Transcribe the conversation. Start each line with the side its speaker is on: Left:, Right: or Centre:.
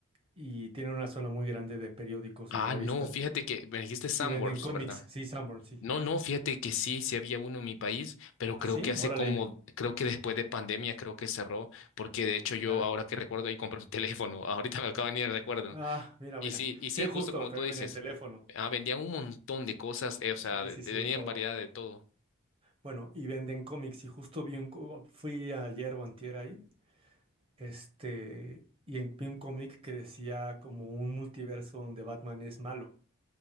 Right: y tienen una zona muy grande de periódicos
Left: Ah,
Right: y de revistas.
Left: no, fíjate que me dijiste Sandworms,
Right: Y venden cómics,
Left: ¿verdad?
Right: sí, Sanborn, sí.
Left: No, no, fíjate que sí, sí había uno en mi país, pero
Right: ¿Ah,
Left: creo
Right: sí?
Left: que hace
Right: Órale,
Left: como, creo que después de pandemia creo que cerró, porque de hecho yo
Right: ya.
Left: ahora que recuerdo ahí compré un <laughs> teléfono, ahorita me acaba de venir el recuerdo.
Right: Ah, mira,
Left: Y
Right: mira.
Left: sí, y
Right: Sí,
Left: sí,
Right: justo,
Left: justo como
Right: también
Left: tú dices,
Right: venden teléfono.
Left: ah, vendían un montón de cosas, eh, o sea,
Right: Sí,
Left: de-
Right: sí,
Left: tenían
Right: sí, todo.
Left: variedad de todo.
Right: Bueno, y venden cómics. Y justo vi un, co- fui ayer o antier ahí, este, y en- vi un cómic que decía como un multiverso donde Batman es malo.